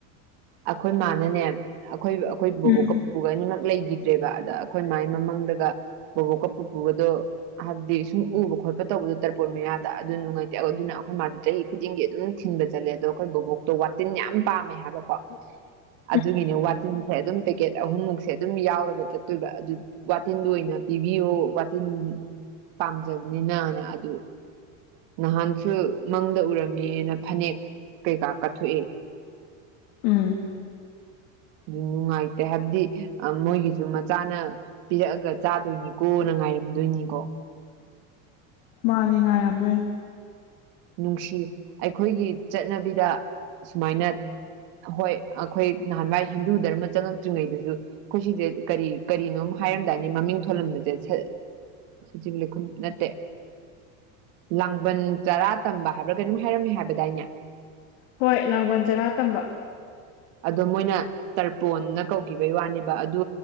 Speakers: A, on the right; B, on the left.
A: ꯑꯩꯈꯣꯏ ꯃꯥꯅꯅꯦ ꯑꯩꯈꯣꯏ-ꯑꯩꯈꯣꯏ ꯕꯣꯕꯣꯛꯀ
B: ꯎꯝ
A: ꯄꯨꯄꯨꯨꯒ ꯑꯅꯤꯃꯛ ꯂꯩꯈꯤꯗ꯭ꯔꯦꯕ ꯑꯗ ꯑꯩꯈꯣꯏ ꯃꯥꯏ ꯃꯃꯪꯗꯒ ꯕꯣꯕꯣꯛꯀ ꯄꯨꯄꯨꯒꯗꯣ ꯍꯥꯏꯕꯗꯤ ꯁꯨꯝ ꯎꯕ ꯈꯣꯠꯄ ꯇꯧꯕꯗꯣ ꯇꯔꯄꯣꯟ ꯃꯌꯥꯗ ꯑꯗꯨ ꯅꯨꯡꯉꯥꯏꯇꯦ ꯑꯗꯨꯅ ꯑꯩꯈꯣꯏ ꯃꯥꯗꯤ ꯆꯍꯤ ꯈꯨꯗꯤꯡꯒꯤ ꯑꯗꯨꯝ ꯊꯤꯟꯕ ꯆꯠꯂꯦ ꯑꯗꯣ ꯑꯩꯈꯣꯏ ꯕꯣꯕꯣꯛ ꯇꯣ ꯋꯥꯇꯤꯟ ꯌꯥꯝ ꯄꯥꯝꯃꯦ ꯍꯥꯏꯕꯀꯣ
B: <unintelligible>
A: ꯑꯗꯨꯒꯤꯅꯦ ꯋꯥꯇꯤꯟꯁꯦ ꯑꯗꯨꯝ ꯄꯦꯀꯦꯠ ꯑꯍꯨꯝꯃꯨꯛꯁꯦ ꯑꯗꯨꯝ ꯌꯥꯎꯔꯒ ꯆꯠꯇꯣꯏꯕ ꯑꯗꯨ ꯋꯥꯇꯤꯟꯗꯣ ꯑꯣꯏꯅ ꯄꯤꯕꯤꯌꯣ ꯋꯥꯇꯤꯟ ꯄꯥꯝꯖꯕꯅꯤꯅꯅ ꯑꯗꯨ ꯅꯍꯥꯟꯁꯨ ꯃꯪꯗ ꯎꯔꯝꯃꯦꯅ ꯐꯅꯦꯛ ꯀꯩꯀꯥ ꯀꯠꯊꯣꯛꯑꯦ
B: ꯎꯝ
A: ꯅꯨꯡꯉꯥꯏꯇꯦ ꯍꯥꯏꯕꯗꯤ ꯑꯥ ꯃꯣꯏꯒꯤꯁꯨ ꯃꯆꯥꯅ ꯄꯤꯔꯛꯑꯒ ꯆꯥꯗꯣꯏꯅꯤꯀꯣ ꯅ ꯉꯥꯏꯔꯝꯗꯣꯏꯅꯤꯀꯣ
B: ꯃꯥꯅꯦ ꯉꯥꯏꯔꯝꯗꯣꯏꯅꯦ
A: ꯅꯨꯡꯁꯤ ꯑꯩꯈꯣꯏꯒꯤ ꯆꯠꯅꯕꯤꯗ ꯁꯨꯃꯥꯏꯅ ꯍꯣꯏ ꯑꯩꯈꯣꯏ ꯅꯍꯥꯟꯋꯥꯏ ꯍꯤꯟꯗꯨ ꯙꯔꯃ ꯆꯪꯉꯛꯇ꯭ꯔꯤꯉꯩꯗꯁꯨ ꯑꯩꯈꯣꯏ ꯁꯤꯡꯁꯦ ꯀꯔꯤ ꯀꯔꯤꯅꯣꯝ ꯍꯥꯏꯔꯝꯗꯥꯏꯅꯦ ꯃꯃꯤꯡ ꯊꯣꯜꯂꯝꯕꯁꯦ ꯁ ꯁꯖꯤꯕꯨ ꯂꯩꯈꯨꯟ ꯅꯠꯇꯦ ꯂꯥꯡꯕꯟ ꯆꯔꯥ ꯇꯝꯕ ꯍꯥꯏꯕ꯭ꯔꯥ ꯀꯩꯅꯣꯝ ꯍꯥꯏꯔꯝꯃꯦ ꯍꯥꯏꯕꯗꯥꯏꯅꯦ
B: ꯍꯣꯏ ꯂꯥꯡꯕꯟ ꯆꯔꯥ ꯇꯝꯕ
A: ꯑꯗꯣ ꯃꯣꯏꯅ ꯇꯔꯄꯣꯟꯅ ꯀꯧꯈꯤꯕꯩ ꯋꯥꯅꯦꯕ ꯑꯗꯨ